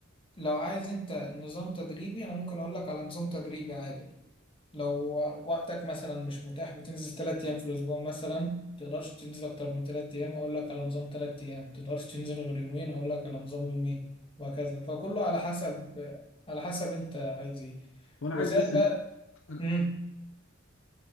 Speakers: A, on the left (about 25°); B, on the left (about 70°).
A: لو عايز انت نظام تدريبي انا ممكن اقول لك على نظام تدريبي عادي لو وقتك مثلا مش متاح بتنزل ثلاث ايام في الاسبوع مثلا تقدرش تنزل اكتر من ثلاث ايام اقول لك على نظام ثلاث ايام تقدرش تنزل غير يومين اقول لك على نظام يومين وهكذا فكله على حسب على حسب انت عايز ايه
B: وانا
A: وزائد
B: عايز بس
A: بقى
B: ال... أنا-
A: امم